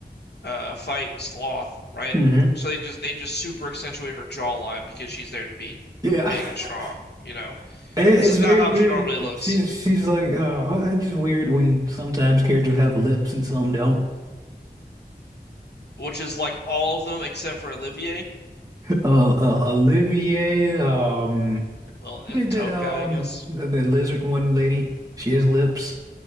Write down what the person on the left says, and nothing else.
uh fight Sloth, right?
So they just they just super accentuate her jawline because she's there to be
big
and strong, you know?
This is
not how
she normally looks,
which is like all of them except for Olivier
Well, and
Toad
guy, I guess.